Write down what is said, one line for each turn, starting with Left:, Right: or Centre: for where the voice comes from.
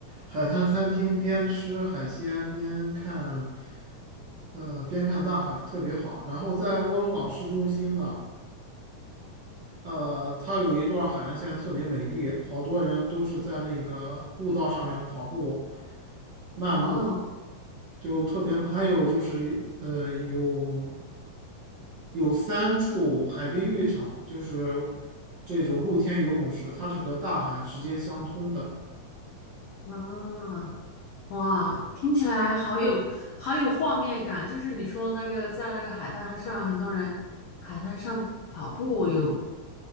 Right: 海滩餐厅边吃海鲜边看，呃边看大海，特别好。然后在卧龙岗市中心呢。呃，它有一段海岸线特别美丽，好多人都是在那个步道上面跑步、漫步的，
Left: 哇哦，
Right: 就特别。还有就是，呃，有有三处海滨浴场，就是这种露天游泳池，它是和大海直接相通的。
Left: 啊，哇，听起来好有好有画面感。就是你说那个在那个海滩上，很多人海滩上跑步有